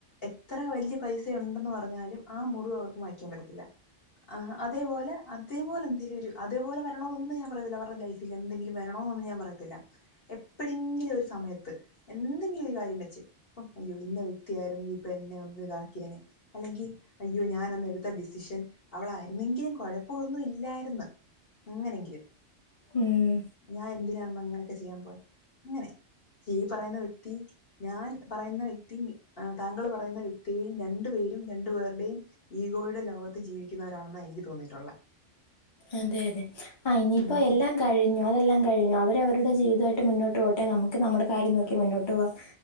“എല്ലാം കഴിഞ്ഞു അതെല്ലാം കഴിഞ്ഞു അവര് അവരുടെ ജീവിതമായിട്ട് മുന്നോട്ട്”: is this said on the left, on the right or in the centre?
Left